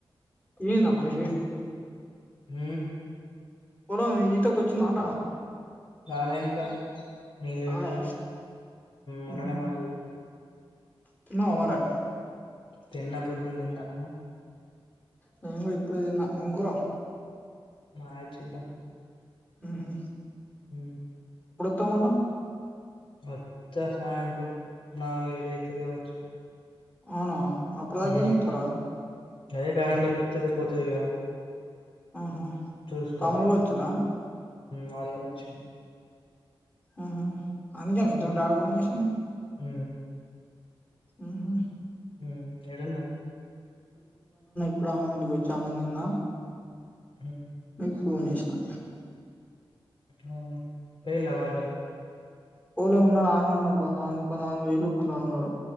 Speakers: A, on the left; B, on the left.
A: నిండింద మరి చేను
B: ఉ
A: పోలము ఈత కోచిందాంటా
B: రాలే ఇంకా నీళ్ళు
A: రాలే
B: పెడతానం మొన్ననే
A: ఉహు
B: మందు వేటినమ్
A: తిన్నావా మరే
B: తిన్న పొద్దు తిన్న నువ్వు
A: నేను కూడా ఇప్పుడేతిన్న ఎం కురా
B: మాది చికెన్
A: ఉహు
B: హు
A: తమళ
B: అత్త సాయంత్రం నాలుగైదు అయితది కావచ్చు
A: అవునా అప్పుడుదాక
B: మ్మ్
A: ఏం చెత్తావురా
B: అదే కరెంట్ వత్తది పోతది కదా
A: ఆహా
B: చూసుకోవాలి
A: తమ్ముడు కూడా వచ్చిండా
B: మాదిగా నచ్చిం
A: ఆహా అందుకేనా ఇంతముందు డాడీ ఫోన్ చేసింది
B: ఉ
A: ఉహు
B: ఉ ఏడున్నావ్
A: ఇప్పుడే అమ్మమ్మ ఇంటికి వచ్చి అన్నం దిన్న
B: చ
A: మీకు ఫోన్ చేసినా
B: అవును పోయిల వాళ్ళు
A: పోలే ఉన్నారు అన్నే ఉన్నారు కొంతమంది వేలు కొంతమంది ఉన్నారు